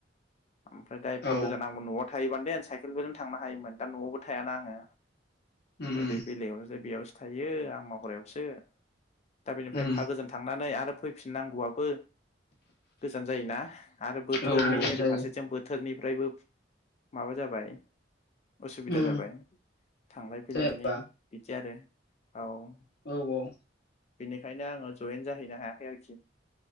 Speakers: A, on the left (about 35°); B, on the left (about 60°).
A: ओमफ्राय एफा
B: औ
A: गोजानावमोन न'आ थायोबानदे साइकेलबोजों थांनो हायोमोन दा न'आवबो थायाना आङो
B: उम
A: ओरै
B: उम
A: बेलेगआवनोस बेयाव थायो आं मावग्रायावसो दा बेनिफ्राय
B: उम
A: एफा गोजोन थांनानै आरो फैफिननांगौआबो गोजान जायोना आरो बोथोरनि
B: औ औ
A: ओरै
B: जायो
A: फारसेथिं बोथोर <unintelligible> नि ओमफ्रायबो माबा जाबाय उसुबिदा
B: उम
A: जाबाय थांलाय फैलायनि
B: जायाबा
A: बिदि आरो औ ।
B: औ औ ।
A: बेनिखायनो आङो जयेन जाहैनो हायाखै आरोखि